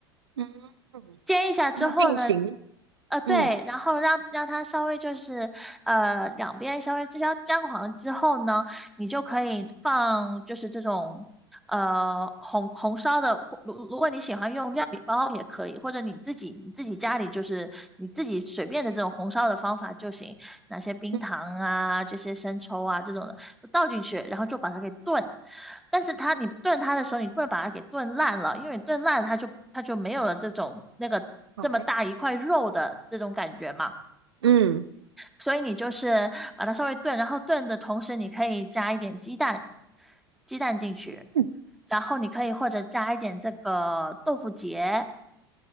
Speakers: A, on the right; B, in the centre.
A: 嗯嗯，
B: 煎一下之后呢，
A: 那定型，
B: 呃，对，
A: 嗯，
B: 然后让让它稍微就是呃两边稍微至少沾黄之后呢，你就可以放就是这种呃红红烧的，如如果你喜欢用料理包也可以，或者你自己你自己家里就是你自己随便的这种红烧的方法就行。哪些冰糖啊，
A: 嗯，
B: 这些生抽啊这种的倒进去，然后就把它给炖。但是它你炖它的时候，你不能把它给炖烂了，因为你炖烂了它就它就没有了这种那个这么大一块肉的这种感觉嘛。
A: 排，嗯，
B: 所以你就是把它稍微炖，然后炖的同时，你可以加一点鸡蛋，鸡蛋进去，
A: 嗯
B: 然后你可以或者加一点这个豆腐结，